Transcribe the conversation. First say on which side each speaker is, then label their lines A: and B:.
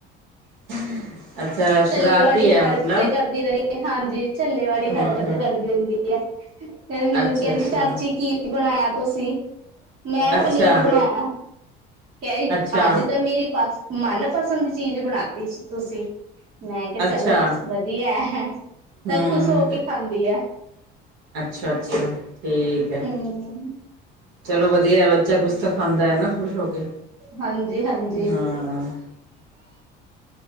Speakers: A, on the right; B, on the right.
A: <unintelligible> ਅੱਛਾ।
B: ਝੱਲੀ
A: ਸ਼ਰਾਰਤੀ
B: ਵਾਲੀ
A: ਹੈ
B: ਹਰਕਤੇ
A: ਮਤਲਬ
B: ਕਰਦੀ ਰਹਿੰਦੀ ਏ ਹਾਂਜੀ ਝੱਲੇ ਵਾਲੀ
A: ਹਮ
B: ਹਰਕਤ
A: ਹਮ
B: ਕਰਦੀ ਰਹਿੰਦੀ ਐ। ਤੇ ਮੈਨੂੰ
A: ਅੱਛਾ
B: ਕਹਿੰਦੀ
A: ਅੱਛਾ
B: ਚਾਚੀ ਕੀ ਬਣਾਇਆ ਤੁਸੀਂ ਮੈਂ
A: ਅੱਛਾ
B: ਪਨੀਰ ਬਣਾਇਆ ਕਹਿ ਰੀ
A: ਅੱਛਾ
B: ਅੱਜ ਤਾਂ ਮੇਰੀ ਪਸ ਮਨਪਸੰਦ ਚੀਜ਼ ਬਣਾਤੀ ਸੀ ਤੁਸੀਂ। ਮੈਂ ਕਿਹਾ
A: ਅੱਛਾ
B: ਚਲੋ ਵਧੀਆ
A: ਹਮ
B: ਐ ਖੁਸ਼ ਹੋ ਕੇ ਖਾਂਦੀ ਆ।
A: ਅੱਛਾ, ਅੱਛਾ ਠੀਕ ਐ।
B: ਹਮ
A: ਚਲੋ ਵਧੀਆ ਐ ਬੱਚਾ ਕੁਛ ਤਾਂ ਖਾਂਦਾ ਆ ਨਾ ਖੁਸ਼ ਹੋ ਕੇ।
B: ਹਾਂਜੀ ਹਾਂਜੀ
A: ਹਾਂ-ਹਾਂ।